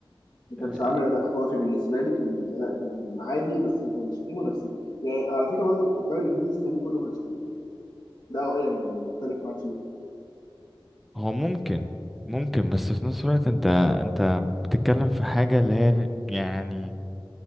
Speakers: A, on the left (about 50°); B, in the centre.
A: ما
B: آه،
A: كانش عامل اداء خرافي بالنسبه لي كان اداء كان عادي بس ما كانش فيه منافسين يعني على فكره برضه الدوري الانجليزي السنه دي كله ما كانش حلو ده اه يعني اختلف معاك فيه
B: هو ممكن ممكن بس في نفس الوقت انت انت بتتكلم في حاجة اللي هي ل- يعني